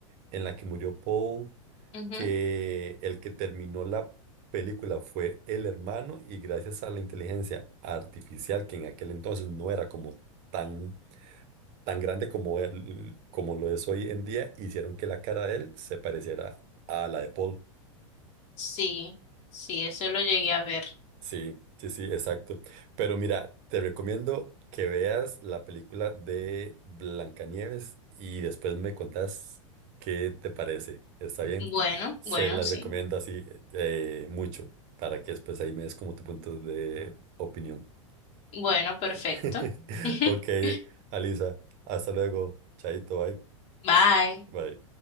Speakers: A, on the right; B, on the left.
A: en la que murió Paul
B: Ujú.
A: que el que terminó la película fue el hermano y gracias a la inteligencia artificial, que en aquel entonces no era como tan, tan grande como, él- como lo es hoy en día, hicieron que la cara de él se pareciera a la de Paul.
B: Sí. Sí, eso lo llegué a ver.
A: Sí, sí, sí, exacto. Pero mira, te recomiendo que veas la película de Blancanieves y después me contás qué te parece. ¿Está bien?
B: Bueno,
A: Se
B: bueno,
A: la
B: sí.
A: recomiendo así eh, mucho para que después ahí me des como tu punto de opinión.
B: Bueno, perfecto.
A: <laughs>
B: <laughs>
A: Ok, Alisa, hasta luego. Chaito, bye.
B: Bye.
A: Bye.